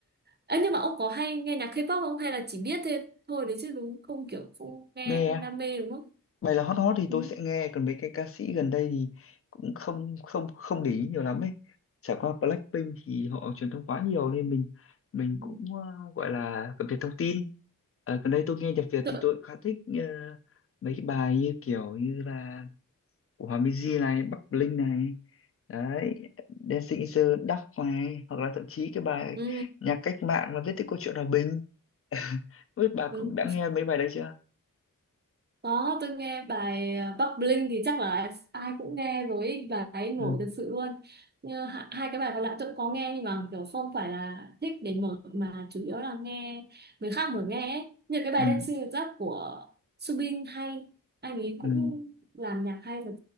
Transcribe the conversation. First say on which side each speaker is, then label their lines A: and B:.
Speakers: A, on the right; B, on the left.
A: ấy nhưng mà ông có hay nghe nhạc K-pop không hay là chỉ biết thế thôi đấy chứ đúng không kiểu không nghe
B: nè
A: không đam mê đúng không
B: bài là hot hot thì
A: ừ.
B: tôi sẽ nghe còn mấy cái ca sĩ gần đây thì cũng không không không để ý nhiều lắm ấy trải qua Blackpink thì họ truyền thông quá nhiều nên mình mình
A: Ừ.
B: cũng ờ, gọi là cập nhật thông tin Ờ, gần đây tôi nghe nhạc Việt
A: Tự...
B: thì tôi cũng khá thích ờ, mấy cái bài như kiểu như là của Hòa Minzy này Bắc Bling này đấy Dancing in the Dark này hoặc là thậm chí cái bài
A: Ừ.
B: nhạc cách mạng mà viết tiếp câu chuyện hòa bình <laughs> Không biết bà
A: đúng
B: cũng đã nghe mấy bài đấy chưa
A: Có, tôi nghe bài ờ, Bắc Bling thì chắc là ai cũng nghe rồi ý, bài ấy
B: ừ
A: nổi thật sự luôn. Như hạ- hai cái bài còn lại tôi cũng có nghe nhưng mà kiểu không phải là thích để mở mà chủ yếu là nghe người khác mở nghe ấy. Như cái bài
B: ừ
A: Dancing with Love của Subin hay anh ấy cũng
B: ừ
A: làm nhạc hay thật